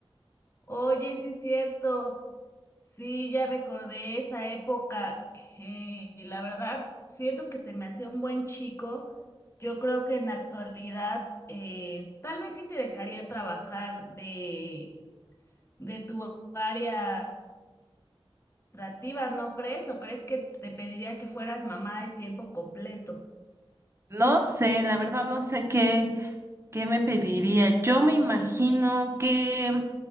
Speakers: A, on the left; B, on the right.
A: Oye, sí es cierto. Sí, ya recordé esa época. Eh, la verdad, siento que se me hacía un buen chico. Yo creo que en la actualidad eh, tal vez sí te dejaría trabajar de, de tu área administrativa, ¿no crees? ¿O crees que te pediría que fueras mamá de tiempo completo?
B: No sé, la verdad no sé qué ¿Qué me pediría? Yo me imagino que